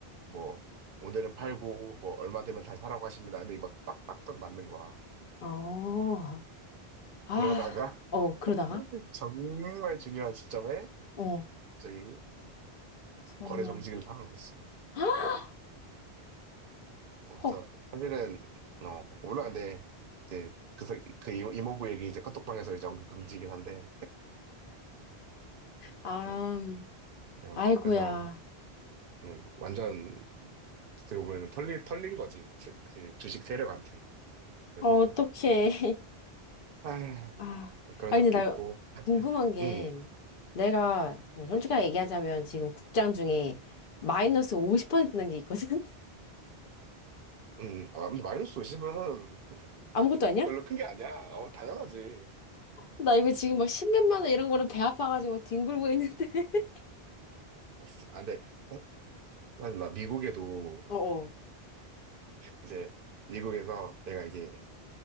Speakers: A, on the right; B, on the left.
A: 뭐 오늘은 팔고 뭐 얼마 되면 다시 사라고 하십니다. 근데 막 딱딱딱 맞는 거야.
B: 어, 아,
A: 그러다가
B: 어,
A: <laughs>
B: 그러다가,
A: 정말 중요한 시점에
B: 어,
A: 저희
B: 설마,
A: 거래 정지를 당한 거지.
B: <gasps>
A: 어, 그래서
B: 헉,
A: 사실은 어 물론 근데 이제 그, 사- 그 이모- 이모부 얘기 이제 카톡방에서 이제 언급 금지긴 한데
B: 아,
A: 음,
B: 음.
A: 그냥
B: 아이고야,
A: 그래서 음, 완전 어떻게 보면 털린 털린 거지 세- 그 주식 세력한테 그래서
B: 어, 어떡해.
A: 아
B: 아,
A: 그런
B: 아
A: 적도
B: 근데 나
A: 있고
B: 궁금한 게
A: 음,
B: 내가 뭐 솔직하게 얘기하자면 지금 국장 중에 마이너스 50%난 게 있거든? <laughs>
A: 음, 아, 근데 마이너스 50은
B: 아무것도 아니야?
A: 별로 큰 게 아니야. 어, 당연하지.
B: 나 이거 지금 막 10몇만 원 이런 거를 배 아파가지고 뒹굴고 있는데. <laughs>
A: 아, 진짜. 아, 근데, 사실 나 미국에도,
B: 어어.
A: 이제, 미국에서 내가 이제